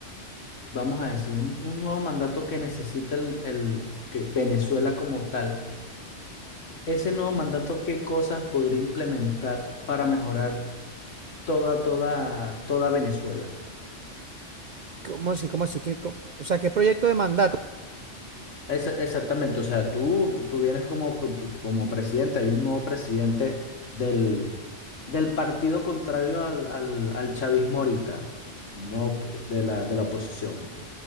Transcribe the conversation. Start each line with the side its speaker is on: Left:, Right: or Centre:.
Left: vamos a decir, un, un nuevo mandato que necesita el, el, que Venezuela como tal? Ese nuevo mandato, ¿qué cosas podría implementar para mejorar toda, toda, toda Venezuela?
Right: ¿cómo así? ¿Cómo así? ¿Qué, cómo- o sea, ¿qué proyecto de mandato?
Left: Esa- exactamente, o sea, tú, tú vienes como, p- tú- como presidente, hay un nuevo presidente del, del partido contrario al, al, al chavismo ahorita, no p- de la, de la oposición.